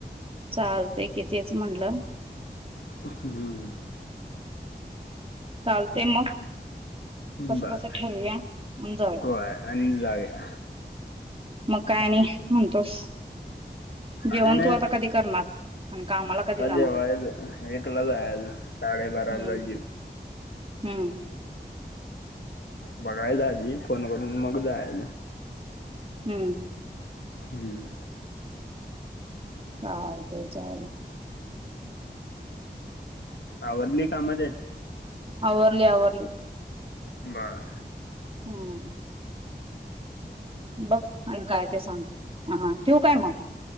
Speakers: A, on the right (about 30°); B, on the left (about 80°).
A: चालत कि तेच म्हनलं
B: <unintelligible>
A: चालतय मग, कस
B: बर
A: बस ठरऊया, आणि जाऊया.
B: होय आणि जाऊया.
A: मग काय आणि म्हणतोस?
B: काय
A: जेवण
B: नाही,
A: तू आता कधी करणार आणि कामाला
B: आता
A: कधी जाणार
B: जेवायच एकला जायाच. साडे बाराला
A: हम्म
B: जिऊ
A: हम्म.
B: बघायचं आधी फोन करून मग जायाच.
A: हम्म.
B: हम्म.
A: चालतय चालत
B: आवरली काम तेन?
A: आवरली आवरली.
B: बर.
A: हम. बघ आणि काय ते सांग, हा ठेऊ काय म?